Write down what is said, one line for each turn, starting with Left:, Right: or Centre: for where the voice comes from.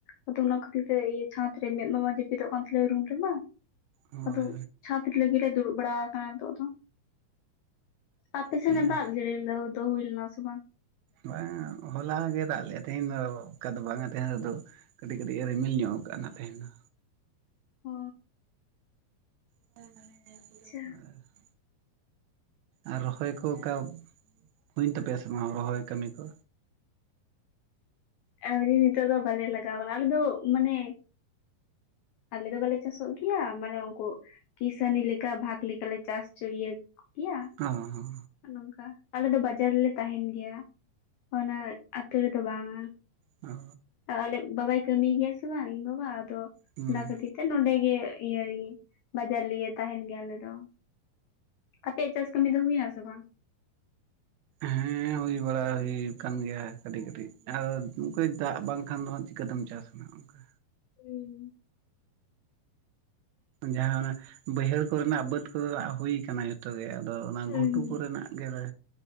Left: ᱟᱫᱚ ᱚᱱᱟ ᱠᱷᱟᱹᱛᱤᱨ ᱛᱮ ᱤᱭᱟᱹ ᱪᱷᱟᱸᱫᱽ ᱨᱮ ᱢᱮᱫ ᱢᱟ ᱡᱟᱹᱯᱤᱫᱚᱜ ᱠᱟᱱ ᱛᱟᱞᱮᱭᱟ ᱨᱩᱢ ᱨᱮᱢᱟ
Right: ᱦᱳᱭ
Left: ᱟᱫᱚ ᱪᱷᱟᱛ ᱨᱮᱜᱮ ᱞᱮ ᱫᱩᱲᱩᱵ ᱵᱟᱲᱟᱣ ᱟᱠᱟᱱᱟ ᱱᱤᱛᱚᱜ ᱫᱚ ᱟᱯᱮ ᱥᱮᱱ
Right: ᱦᱳᱭ
Left: ᱮ ᱫᱟᱜ ᱡᱟᱹᱲᱤ ᱫᱚ ᱦᱩᱭ ᱞᱮᱱᱟ ᱥᱮ ᱵᱟᱝ
Right: ᱵᱟᱝ ᱦᱚᱞᱟ ᱜᱮ ᱫᱟᱜ ᱞᱮᱜ-ᱟ ᱛᱮᱦᱮᱸᱱ ᱫᱚ ᱚᱠᱟ ᱫᱚ ᱵᱟᱝ ᱛᱟᱦᱮᱸᱱ ᱨᱮᱫᱚ ᱠᱟᱹᱴᱤᱡ ᱠᱟᱹᱴᱤᱡ ᱮ ᱨᱤᱢᱤᱞ ᱧᱚᱜ ᱟᱠᱟᱜ-ᱟ ᱱᱟᱜ ᱛᱮᱦᱮᱸᱱ ᱫᱚ
Left: ᱚ
Right: <unintelligible>
Left: ᱟᱪᱪᱷᱟ
Right: ᱟᱨ ᱨᱚᱦᱚᱭ ᱠᱚ ᱚᱱᱠᱟ ᱦᱩᱭᱮᱱ ᱛᱟᱯᱮᱭᱟ ᱥᱮ ᱵᱟᱝ ᱨᱚᱦᱚᱭ ᱠᱟᱹᱢᱤ ᱠᱚ
Left: ᱟᱹᱣᱨᱤ ᱱᱤᱛᱚᱜ ᱫᱚ ᱵᱟᱞᱮ ᱞᱟᱜᱟᱣ ᱠᱟᱱᱟ ᱟᱞᱮ ᱫᱚ ᱢᱟᱱᱮ ᱟᱞᱮ ᱫᱚ ᱵᱟᱞᱮ ᱪᱟᱥᱚᱜ ᱜᱮᱭᱟ ᱢᱟᱱᱮ ᱩᱱᱠᱩ ᱠᱤᱥᱟᱹᱱᱤ ᱞᱮᱠᱟ ᱵᱷᱟᱜᱽ ᱞᱮᱠᱟ ᱞᱮ ᱪᱟᱥ ᱪᱚ ᱤᱭᱟᱹ ᱠᱤᱭᱟ
Right: ᱚ
Left: ᱱᱚᱝᱠᱟ ᱟᱞᱮ ᱫᱚ ᱵᱟᱡᱟᱨ ᱨᱮ ᱞᱮ ᱛᱟᱦᱮᱸᱱ ᱜᱮᱭᱟ ᱚᱱᱟ ᱟᱛᱳ ᱨᱮᱫᱚ ᱵᱟᱝ-ᱟ
Right: ᱚ
Left: ᱟᱞᱮ ᱵᱟᱵᱟᱭ ᱠᱟᱹᱢᱤᱭ ᱜᱮᱭᱟ ᱥᱮ ᱵᱟᱝ ᱤᱧ ᱵᱟᱵᱟ ᱟᱫᱚ
Right: ᱦᱩᱸ
Left: ᱚᱱᱟ ᱠᱷᱟᱹᱛᱤᱨ ᱛᱮ ᱱᱚᱰᱮ ᱜᱮ ᱤᱭᱟᱹ ᱨᱮᱜᱮ ᱵᱟᱡᱟᱨ ᱨᱮᱜᱮ ᱛᱟᱦᱮᱱ ᱜᱮᱭᱟ ᱟᱞᱮ ᱫᱚ ᱟᱯᱮᱭᱟᱜ ᱪᱟᱥ ᱠᱟᱹᱢᱤ ᱫᱚ ᱦᱩᱭᱱᱟᱥᱮ ᱵᱟᱝ
Right: ᱦᱮᱸ ᱦᱩᱭ ᱵᱟᱲᱟ ᱦᱩᱭ ᱟᱠᱟᱱ ᱜᱮᱭᱟ ᱠᱟᱹᱴᱤᱡ ᱠᱟᱹᱴᱤᱡ ᱟᱨ ᱫᱟᱜ ᱵᱟᱝᱠᱷᱟᱱ ᱫᱚ ᱦᱟᱜ ᱪᱤᱠᱟᱹᱛᱮᱢ ᱪᱟᱥᱟ ᱚᱱᱮ ᱚᱱᱠᱟ
Left: ᱦᱩᱸ
Right: ᱡᱟᱦᱟᱸ ᱵᱟᱹᱭᱦᱟᱹᱲ ᱠᱚ ᱨᱮᱱᱟᱜ ᱵᱟᱹᱫ ᱠᱚ ᱦᱩᱭ ᱟᱠᱟᱱᱟ ᱡᱚᱛᱚ ᱛᱚᱵᱮ ᱟᱫᱚ ᱚᱱᱟ
Left: ᱦᱩᱸ
Right: ᱜᱷᱩᱴᱩ ᱠᱚ ᱨᱮᱱᱟᱜ ᱜᱮ ᱞᱮ